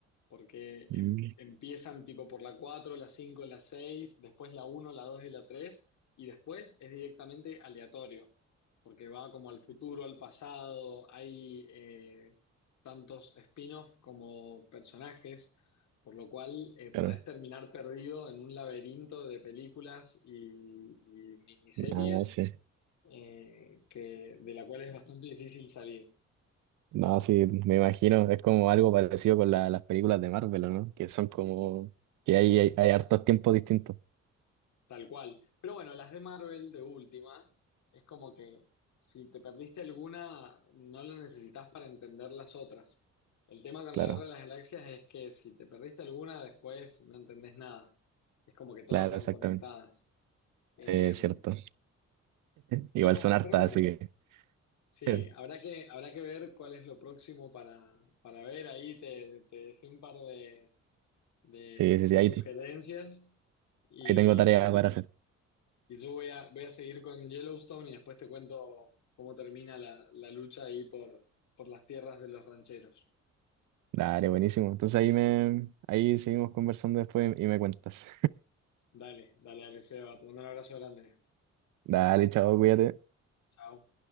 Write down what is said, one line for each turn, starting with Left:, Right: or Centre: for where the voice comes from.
Left: porque
Right: Mm,
Left: em- empiezan tipo por la 4, la 5, la 6, después la uno, la 2 y la 3 y después es directamente aleatorio, porque va como al futuro, al pasado, hay eh, tantos spin-offs como personajes, por lo cual eh,
Right: claro,
Left: podés terminar perdido en un laberinto de películas y, y miniseries
Right: no, sí,
Left: eh, que, de la cual es bastante difícil salir.
Right: no, sí, me imagino, es como algo parecido con la- las películas de Marvel, ¿o ¿no? Que son como, que hay, hay, hay hartos tiempos distintos,
Left: Tal cual. Pero bueno, las de Marvel de última, es como que si te perdiste alguna, no la necesitas para entender las otras. El tema con
Right: claro,
Left: la Guerra de las Galaxias es que si te perdiste alguna, después no entendés nada. Es como que todas
Right: claro,
Left: van
Right: exactamente,
Left: conectadas. Eh,
Right: sí, es cierto. Igual
Left: pero,
Right: son hartas,
Left: pero bueno,
Right: así que
Left: sí,
Right: sí,
Left: habrá que, habrá que ver cuál es lo próximo para, para ver. Ahí te, te dejé un par de, de
Right: sí,
Left: de
Right: sí, ahí,
Left: sugerencias. Y
Right: ahí tengo tarea para hacer.
Left: Y yo voy a, voy a seguir con Yellowstone y después te cuento cómo termina la, la lucha ahí por, por las tierras de los rancheros.
Right: Dale, buenísimo. Entonces ahí me, ahí seguimos conversando después y me cuentas.
Left: Dale, dale, dale, Seba. Te mando un abrazo grande.
Right: Dale, chao, cuídate.
Left: Chao.